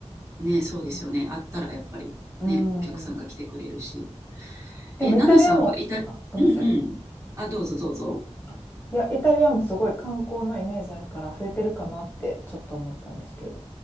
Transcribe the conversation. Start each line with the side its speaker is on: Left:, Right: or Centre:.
Right: ね、そうですよね。
Left: ど
Right: あったらやっぱりね、
Left: うん。
Right: お客さんが来てくれるし。
Left: うん
Right: え、
Left: でもイタリアも、
Right: ナナさんはイタ、うんうん。
Left: あ、ごめんなさい。
Right: あ、どうぞどうぞ。
Left: あ、いや、イタリアもすごい観光のイメージあるから増えてるかなってちょっと思ったんですけど。